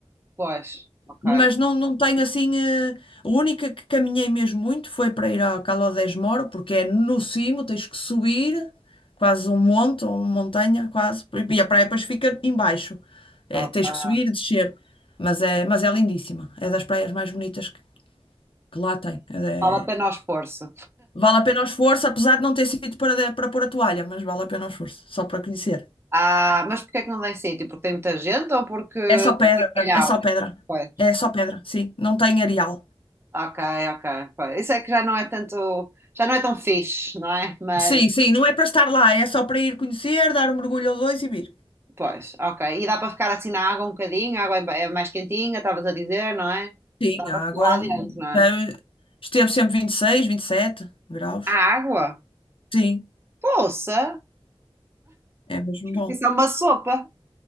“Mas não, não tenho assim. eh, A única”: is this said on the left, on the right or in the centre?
Left